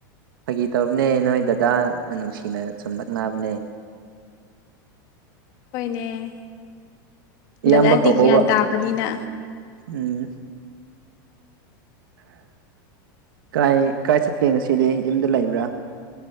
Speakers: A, on the right; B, on the left.
A: ꯐꯥꯒꯤ ꯇꯧꯕꯅꯦ ꯅꯣꯏ ꯗꯗꯥ ꯅꯨꯡꯁꯤꯅ ꯁꯨꯝ ꯂꯛꯅꯕꯅꯦ
B: ꯍꯣꯏꯅꯦ
A: ꯏꯌꯥꯝꯕ
B: ꯗꯗꯥꯗꯤ
A: ꯀꯧꯑꫭꯕ
B: ꯒ꯭ꯌꯥꯟ ꯇꯥꯕꯅꯤꯅ
A: ꯎꯝ ꯀꯥꯏ ꯀꯥꯏ ꯆꯠꯀꯦ ꯉꯁꯤꯗꯤ ꯌꯨꯝꯗ ꯂꯩꯕ꯭ꯔꯥ